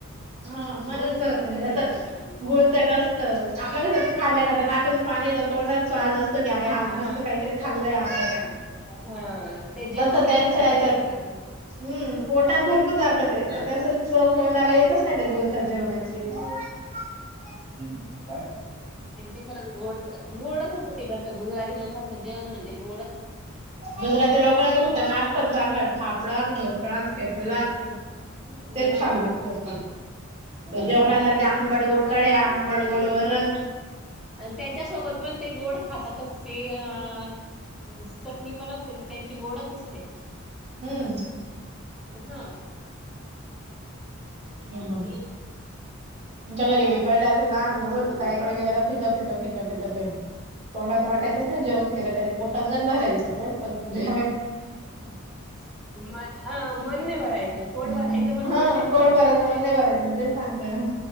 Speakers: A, on the right; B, in the centre.
A: हा मनच
B: गुळचट
A: भरत
B: असतं
A: नाही म्हणजे
B: त्यांचं
A: असं
B: जेवण.
A: गोळचाट असत, आप लो कसं खाल्ल्या नंतर
B: हं.
A: नाकातून पाणी येतं तोंडच स्वाद असतो. की अरे हा
B: हां,
A: मस्त काहीतरी खाल्लय आपण
B: हां, हां. ते जेवण
A: तस
B: केल्यासारखं
A: त्यांच्या याच्यात
B: वाटतं.
A: हम् पोटात भरपूर जात ते पण तस चव तोंडाला येतच नाही ते गोडचट जेवणाची
B: हं.
A: हम्म काय
B: त्यांची खरंच गोड गोडच असतं तिकडच्या गुजराती लोकांचं जेवण म्हणजे गोडच
A: गुजराती लोकांचं फक्त नाश्ता चांगलं फापडा, ढोकळा अन
B: हं,
A: थेपला, तेच
B: हां.
A: छान लागतं. जेवणाच्या ते आंबडगोड कड्या आंबडगोड वरन
B: त्याच्यासोबत पण ते गोड खातातच ते अ चटणी पण असते त्यांची गोडच असते.
A: हम्म
B: हा
A: हम् तुमच्या घरी बि पाहिले असे लहान मुल होते ताई कडे गेला का फिक फिक फिक फिक ते तोंडात वाटायचंच नाही जेवण केलं तरी पोटात गण भरायचं पोट पण जे
B: म मन आ मन नाही भरायच, पोट
A: हम्म
B: भरायचं पण
A: हा
B: मन नाही भरायच
A: पोट
B: तुमी
A: भरायचं मन नाही भरायच मी तेच सांगते ना